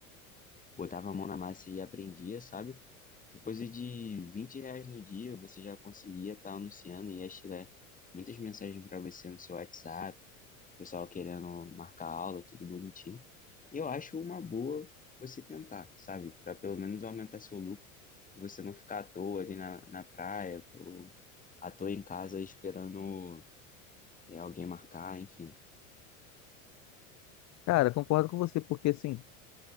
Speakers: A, on the left; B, on the left.
A: botava a mão na massa e aprendia, sabe? Coisa de 20 reais no dia, você já conseguia estar anunciando e ia chegar muitas mensagens para você no seu WhatsApp, pessoal querendo marcar aula, tudo bonitinho. E eu acho uma boa você tentar, sabe? Para pelo menos aumentar seu lucro, e você não ficar à toa ali na, na praia, ou à toa em casa esperando é, alguém marcar, enfim.
B: Cara, concordo com você, porque assim.